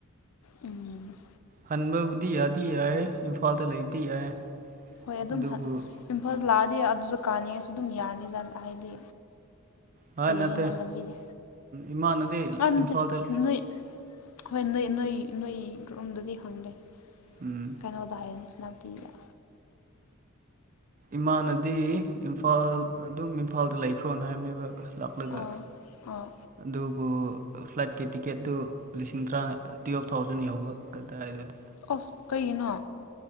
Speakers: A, on the left; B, on the right.
A: ꯎꯝ
B: ꯍꯟꯕꯕꯨꯗꯤ ꯌꯥꯗꯤ ꯌꯥꯏ ꯏꯝꯐꯥꯜꯗ ꯂꯩꯕꯗꯤ ꯌꯥꯏ
A: ꯍꯣꯏ ꯑꯗꯨꯝ
B: ꯑꯗꯨꯕꯨ
A: ꯏꯝꯐꯥꯜꯗ ꯂꯥꯛꯑꯗꯤ ꯑꯗꯨꯗ ꯀꯥꯅꯤꯡꯉꯁꯨ ꯑꯗꯨꯝ ꯌꯥꯔꯅꯤꯗ ꯍꯥꯏꯗꯤ
B: ꯍ
A: ꯂꯩꯌꯦꯅ
B: ꯅꯠꯇꯦ
A: ꯂꯝꯕꯤꯗꯤ
B: ꯏꯃꯥꯟꯅꯗꯤ
A: ꯑꯥ ꯅꯠꯇꯦ
B: ꯏꯝꯐꯥꯜꯗ
A: ꯅꯣꯏ ꯍꯣꯏ ꯅꯣꯏ ꯅꯣꯏ ꯅꯣꯏ ꯒ꯭ꯔꯨꯞꯨꯝꯗꯨꯗꯤ ꯍꯪꯗꯦ
B: ꯎꯝ
A: ꯀꯩꯅꯣꯗ ꯍꯥꯏꯦ ꯅꯦꯁꯅꯥꯎꯇꯤꯕꯤꯗ
B: ꯏꯃꯥꯅꯗꯤ ꯏꯝꯐꯥꯜ ꯑꯗꯨꯝ ꯏꯝꯐꯥꯜꯗ ꯂꯩꯈ꯭ꯔꯣꯅ ꯍꯥꯏꯕꯅꯦꯕ ꯂꯥꯛꯂꯒ
A: ꯑꯥ ꯑꯥ
B: ꯑꯗꯨꯕꯨ ꯐ꯭ꯂꯥꯏꯠꯀꯤ ꯇꯤꯛꯀꯦꯠꯇꯨ ꯂꯤꯁꯤꯡ ꯇꯔꯥ ꯇꯨꯌꯦꯜꯞ ꯊꯥꯎꯖꯟ ꯌꯥꯎꯕ ꯀꯗꯥꯏ ꯑꯗꯨꯗꯤ
A: ꯑꯁ ꯀꯩꯒꯤꯅꯣ